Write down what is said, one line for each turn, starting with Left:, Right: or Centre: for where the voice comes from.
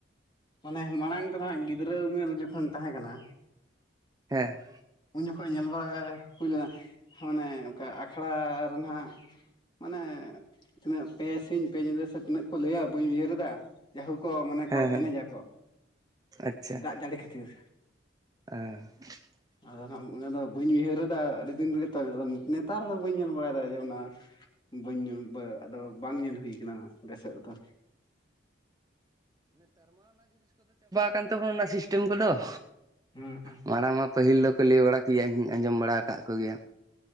Left: ᱢᱟᱱᱮ ᱢᱟᱲᱟᱝ ᱛᱮ ᱦᱟᱸᱜ ᱜᱤᱫᱽᱨᱟᱹ ᱩᱢᱮᱨ ᱡᱚᱠᱷᱚᱱ ᱛᱟᱦᱮᱸ ᱠᱟᱱᱟ᱾
Right: ᱦᱮᱸ
Left: ᱩᱱ ᱡᱚᱠᱷᱚᱱ ᱧᱮᱞ ᱵᱟᱲᱟ ᱦᱩᱭ ᱞᱮᱱᱟ ᱢᱟᱱᱮ ᱚᱱᱠᱟ ᱟᱠᱷᱲᱟ ᱨᱮᱱᱟᱜ ᱢᱟᱱᱮ ᱛᱤᱱᱟᱹᱜ ᱯᱮ ᱥᱤᱧᱧ ᱯᱮ ᱧᱤᱫᱟᱹ ᱥᱮ ᱛᱤᱱᱟᱹᱜ ᱠᱚ ᱞᱟᱹᱭᱟ ᱵᱟᱹᱧ ᱩᱭᱦᱟᱹᱨᱮᱫᱟ ᱡᱟᱭᱦᱳᱠ ᱠᱚ ᱢᱟᱱᱮ
Right: ᱦᱮᱸ
Left: ᱠᱚ
Right: ᱦᱮᱸ
Left: ᱮᱱᱮᱡᱟ ᱠᱚ
Right: ᱟᱪᱪᱷᱟ
Left: ᱫᱟᱜ ᱡᱟᱹᱲᱤ ᱠᱷᱟᱹᱛᱤᱨ
Right: <unintelligible>
Left: ᱟᱫᱚ ᱦᱟᱸᱜ ᱚᱱᱟᱫᱚ ᱵᱟᱹᱧ ᱩᱭᱦᱟᱹᱨᱮᱫᱟ ᱟᱹᱰᱤ ᱫᱤᱱ ᱨᱮᱜᱮ ᱛᱚ ᱟᱫᱚ ᱱᱮᱛᱟᱨ ᱫᱚ ᱵᱟᱹᱧ ᱧᱮᱞ ᱵᱟᱲᱟᱭᱮᱫᱟ ᱡᱮ ᱚᱱᱟ ᱵᱟᱹᱧ ᱧᱩ ᱵᱟ ᱟᱫᱚ ᱵᱟᱝ ᱧᱮᱞ ᱦᱩᱭ ᱠᱟᱱᱟ ᱦᱟᱸᱜ ᱟᱞᱮ ᱥᱮᱫ ᱨᱮᱫᱚ
Right: ᱠᱟᱱ ᱛᱟᱵᱚᱱᱟ <unintelligible> ᱚᱱᱟ ᱥᱤᱥᱴᱮᱢ ᱠᱚᱫᱚ
Left: ᱦᱩᱸ
Right: ᱢᱟᱲᱟᱝ ᱢᱟ ᱯᱟᱹᱦᱤᱞ ᱫᱚᱠᱚ ᱞᱟᱹᱭ ᱵᱟᱲᱟ ᱛᱮᱭᱟᱜ ᱤᱧ ᱟᱸᱡᱚᱢ ᱵᱟᱲᱟ ᱟᱠᱟᱫ ᱠᱚᱜᱮᱭᱟ᱾